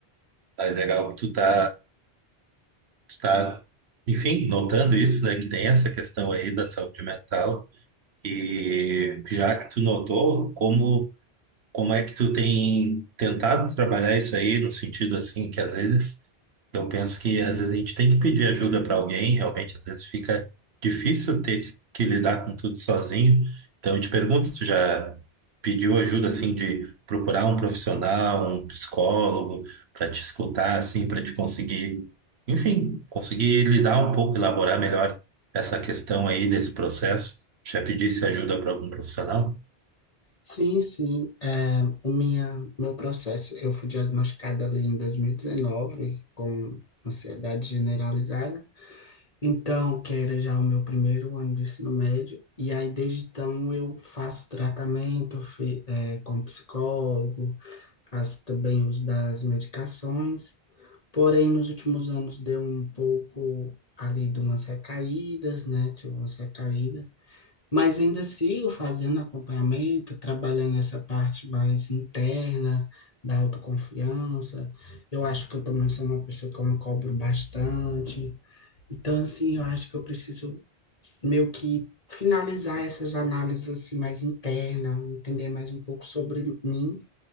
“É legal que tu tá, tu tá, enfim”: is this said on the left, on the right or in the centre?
Right